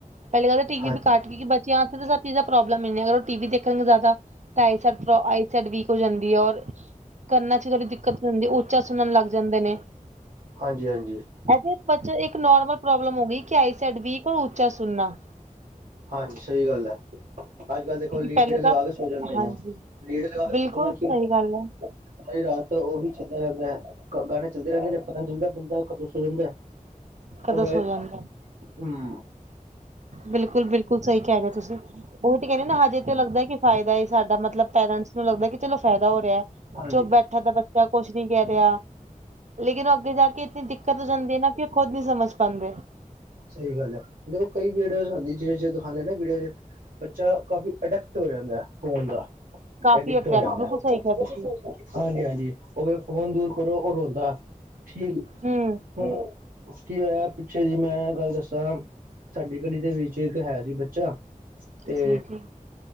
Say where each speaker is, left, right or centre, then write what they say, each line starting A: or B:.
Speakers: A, on the right; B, on the right.
A: ਪਹਿਲੀ ਗੱਲ ਤਾਂ, ਟੀ-ਵੀ
B: ਹਾਂ
A: ਬੀ ਕੱਟ ਕੀ ਬੱਚਿਆਂ। ਉਸਦਾ ਇਸ ਦਾ ਪ੍ਰੋਬਲਮ ਨੀ ਹੈਗਾ। ਟੀ-ਵੀ ਦੇਖਣ ਗੇ ਜਿਆਦਾ ਤਾ ਆਈਸ ਸੈਡ ਪ੍ਰੋ-ਆਈਸ ਸੈਡ ਵੀਕ ਹੋ ਜਾਂਦੀ ਐ। ਔਰ ਕਨਾਂ ਚ ਥੋੜ੍ਹੀ ਦਿੱਕਤ ਹੋਦੀ ਓ ਉੱਚਾ ਸੁਣਨ ਲੱਗ ਜਾਂਦੇ ਨੇ।
B: ਹਾਂਜੀ-ਹਾਂਜੀ
A: ਆਈ ਥੀਨਕ, ਬੱਚੇ ਇੱਕ ਨੋਰਮਲ ਪ੍ਰੋਬਲਮ ਹੋ ਗਈ। ਕਿ, ਆਈ ਸੈਡ ਵੀਕ ਔਰ ਉੱਚਾ ਸੁਣਨਾ।
B: ਹਾਂਜੀ। ਸਹੀ ਗੱਲ ਐ। ਅੱਜ ਕੱਲ੍ਹ ਦੇਖੋ,
A: ਕਿਉਂਕਿ
B: ਲੀਡ
A: ਪਹਿਲੇ
B: ਲਗਾ
A: ਤਾਂ
B: ਕੇ ਸੋ ਜਾਂਦੇ
A: ਹਾਂਜੀ
B: ਅਨਾ। ਲੀਡ ਲਗਾ ਕੇ
A: ਬਿਲਕੁਲ
B: ਸੋਣ ਨਾਲ
A: ਸਹੀ
B: ਕੀ ਹੁੰਦਾ।
A: ਗੱਲ ਹੈ
B: ਸਾਰੀ ਰਾਤ ਉਹ ਵੀ ਚੱਲਦਾ ਰਹਿੰਦਾ ਐ। ਗਾਣੇ ਚੱਲਦੇ ਰਹਿੰਦੇ ਨੇ, ਪਤਾ ਨਹੀਂ ਚੱਲਦਾ ਬੰਦਾ। ਕਦੋਂ ਸੋ ਜਾਂਦਾ ਐ।
A: ਕਦੋਂ
B: ਉਵੇ
A: ਸੋ ਜਾਂਦਾ।
B: ਹੂੰ।
A: ਬਿਲਕੁਲ -ਬਿਲਕੁਲ ਸਹੀ ਕਹਿ ਰਹੇ ਤੁਸੀਂ। ਉਹੀ ਤੇ ਕਹਿੰਦੇ ਨਾ ਹਜੇ ਤੇ ਲੱਗਦਾ ਕੀ, ਫਾਇਦਾ ਏ ਸਾਡਾ‌। ਮਤਲਬ ਪੇਰਟਸ ਨੂੰ ਲੱਗਦਾ ਕੀ ਚਲੋ ਫ਼ਾਇਦਾ ਹੋ ਰਿਹਾ।
B: ਹਾਂਜੀ
A: ਚਲ ਬੈਠਾ ਤਾਂ ਬੱਚ ਜਾਂ ਕੁਛ ਨੀ ਕਹਿ ਰਿਹਾ। ਲੇਕਿਨ ਅੱਗੇ ਜਾ ਕੇ ਇਨੀ ਦਿੱਕਤ ਹੋ ਜਾਂਦੀ ਹੈ ਨਾ ਕੀ ਖੁਦ ਨ ਨਹੀਂ ਸਮਝ ਪਾਂਦੇ।
B: ਸਹੀ ਗੱਲ ਐ। ਦੇਖੋ ਕਈ ਵੀਡੀਓਜ਼ ਆਂਦੀ। ਜਿਵੇਂ-ਜਿਵੇ ਦਿਖਾਉਂਦੇ ਨਾ ਵੀਡੀਉ ਚ' ਬੱਚਾ ਕਾਫੀ ਅਡੈਕਟ ਹੋ ਜਾਂਦਾ ਐ ਫੋਨ ਦਾ।
A: ਕਾਫੀ
B: ਅਡਿਕਟ
A: ਅਟਰੈਕਟ
B: ਹੋ ਜਾਂਦਾ
A: ਬਿਲਕੁਲ
B: ਐ।
A: ਸਹੀ ਕਿਹਾ ਤੁਸੀਂ
B: ਹਾਂਜੀ ਹਾਂਜੀ। ਉਹ ਫੇਰ ਫੋਨ ਦੂਰ ਕਰੋ ਉਹ ਰੋਂਦਾ। ਠੀਕ।
A: ਹੂੰ।
B: ਹੂੰ, ਕੀ ਹੋਇਆ, ਪਿੱਛੇ ਸੀ ਮੈਂ ਗੱਲ ਦੱਸਾਂ। ਸਾਡੀ ਗਲੀ ਦੇ ਵਿੱਚ ਇੱਕ ਹੈ ਸੀ ਬੱਚਾ। ਤੇ
A: ਜੀ ਜੀ